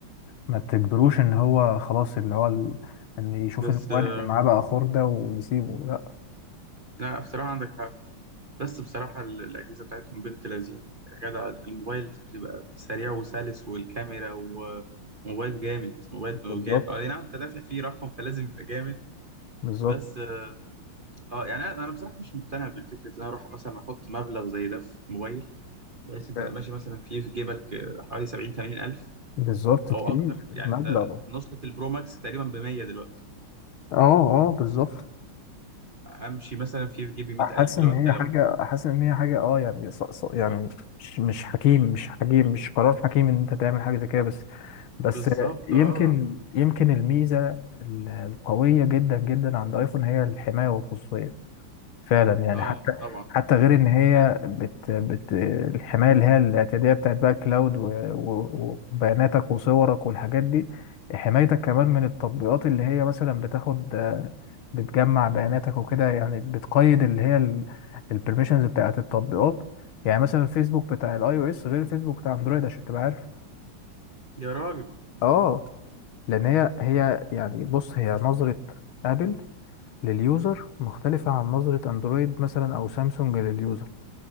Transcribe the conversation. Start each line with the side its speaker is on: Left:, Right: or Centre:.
Left: ما تجبروش ان هو خلاص اللي هو ال... ان يشوف
Right: بس
Left: إن المواد
Right: آه،
Left: اللي معاه بقى خردة ويسيبه لا
Right: لا بصراحة عندك حق بس بصراحة ال- الأجهزة بتاعتهم بنت لذين يا جدع الموبايل بتبقى سريع وسلس والكاميرا وموبايل جامد موبايل
Left: بالظبط
Right: جامد اه نعم انت دافع فيه رقم فلازم يبقى جامد
Left: بالظبط
Right: بس اه آه، يعني انا أنا بصراحة مش مقتنع بالفكرة ان انا اروح مثلا احط مبلغ زي ده في موبايل بس
Left: ف-
Right: انت ماشي مثلا فيه في جيبك آه، حوالي 70 80 الف
Left: بالظبط
Right: او
Left: كتير
Right: اكتر
Left: مبلغ
Right: يعني انت نسخة البرو ماكس تقريبا ب 100 دلوقتي
Left: اه اه بالظبط
Right: امشي مثلا في جيبي 100000
Left: حاسس
Right: اللي
Left: ان
Right: هو انت
Left: هي
Right: لو
Left: حاجة حاسس ان هي حاجة اه يعني ص... ص... يعني مش مش حكيم مش حكيم مش قرار حكيم ان انت تعمل حاجة زي كده بس بس
Right: بالظبط
Left: يمكن
Right: اه
Left: يمكن الميزة ال- القوية جدا جدا عند ايفون هي الحماية والخصوصية فعلا يعني
Right: اه
Left: حتى
Right: طبعا
Left: حتى غير ان هي بت بت الحمايه اللي هي الاعتياديه بتاعت بقى كلاود و- و- وبياناتك وصورك والحاجات دي حمايتك كمان من التطبيقات اللي هي مثلا بتاخد آه، بتجمع بياناتك وكده يعني بتقيد اللي هي البرميشنز بتاعت التطبيقات يعني مثلا الفيسبوك بتاع الاي او اس غير الفيسبوك بتاع اندرويد عشان تبقى عارف
Right: يا راجل
Left: اه لان هي هي يعني بص هي نظره ابل لليوزر مختلفة عن نظرة اندرويد مثلا او سامسونج لليوزر